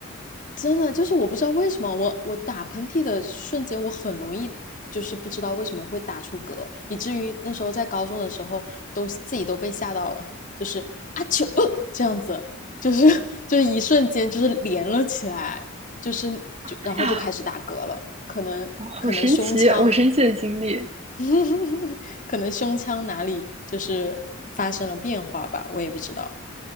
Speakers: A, on the left; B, on the right.
A: 真的就是我不知道为什么我我打喷嚏的瞬间，我很容易就是不知道为什么会打出嗝，以至于那时候在高中的时候都自己都被吓到了，就是啊球呃这样子，就是就是一瞬间就是连了起来，就是就然后就开始打嗝了，
B: 哎呀，
A: 可能可能胸腔
B: 好神奇，好神奇的经历
A: <laughs> 可能胸腔哪里就是发生了变化吧，我也不知道。